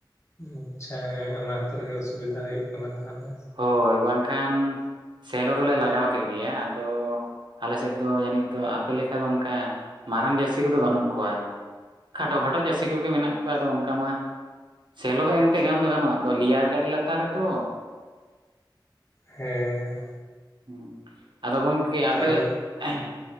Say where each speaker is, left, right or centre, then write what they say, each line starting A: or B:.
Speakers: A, on the left (about 35°); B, on the right (about 70°).
A: ᱟᱪᱪᱷᱟ ᱦᱮᱸ ᱚᱱᱟ ᱠᱷᱟᱹᱛᱤᱨ ᱜᱮ ᱥᱩᱵᱤᱫᱷᱟ ᱦᱩᱭᱩᱜ ᱠᱟᱱᱟ ᱛᱟᱦᱚᱞᱮ᱾
B: ᱦᱳᱭ ᱵᱟᱝᱠᱷᱟᱱ ᱥᱮᱞᱚ ᱫᱚᱞᱮ ᱞᱟᱜᱟᱣ ᱠᱮ ᱜᱮᱭᱟ ᱟᱫᱚ ᱟᱞᱮᱥᱮᱫ ᱫᱚ ᱡᱟᱹᱱᱤᱡ ᱛᱚ ᱟᱯᱮ ᱞᱮᱠᱟ ᱫᱚ ᱚᱱᱠᱟ ᱢᱟᱨᱟᱝ ᱡᱟᱹᱨᱥᱤ ᱠᱚᱫᱚ ᱵᱟᱱᱩᱜ ᱠᱚᱣᱟ᱾ ᱠᱷᱟᱴᱚ ᱠᱷᱟᱴᱚ ᱪᱟᱹᱥᱤ ᱠᱚᱜᱮ ᱢᱮᱱᱟᱜ ᱠᱚᱣᱟ ᱟᱫᱚ ᱚᱱᱠᱟ ᱢᱟ᱾ ᱥᱮᱞᱚ ᱫᱚ ᱚᱱᱛᱮ ᱜᱟᱱ ᱫᱚ ᱜᱟᱱᱚᱜᱼᱟ ᱟᱫᱚ ᱞᱮᱭᱟᱨ ᱜᱮ ᱟᱰᱤ ᱞᱟᱛᱟᱨ ᱨᱮᱫᱚ ᱾
A: ᱦᱮᱸᱻ
B: ᱦᱩᱸ ᱟᱫᱚ ᱜᱚᱢᱠᱮ ᱟᱯᱮ
A: ᱨᱮ
B: ᱮᱦᱮᱸ